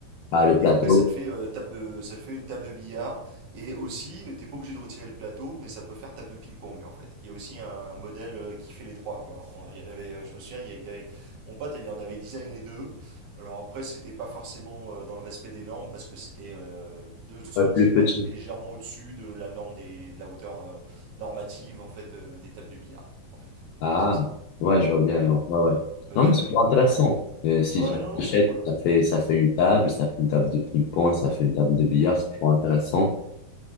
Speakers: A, on the left (about 80°); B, on the right (about 70°).
A: Ah, le plateau,
B: Et après, ça te fait, euh, table de, ça te fait une table de billard. Et aussi, t'es pas obligé de retirer le plateau, mais ça peut faire table de ping-pong en fait. Il y a aussi un modèle euh, qui fait les trois quoi. On- il y en avait, euh, je me souviens, il y a- il avait- mon pote il en avait designé deux. Alors après, c'était pas forcément euh, dans le respect des normes parce que c'était euh, 2 centimètres
A: ouais, plus petit.
B: légèrement au-dessus de la norme des, de la hauteur euh, normative en fait de- des tables de billard en fait.
A: Ah,
B: Voilà, c'est ça.
A: ouais, je vois bien alors. Ouais, ouais.
B: Euh,
A: Non,
B: table
A: mais c'est
B: de ping-pong,
A: pas intéressant.
B: pardon.
A: Euh, si
B: Ouais,
A: je
B: non, non,
A: l'achète,
B: c'est cool.
A: ça fait, ça fait une table, ça fait une table de ping-pong, ça fait une table de billard, c'est toujours intéressant.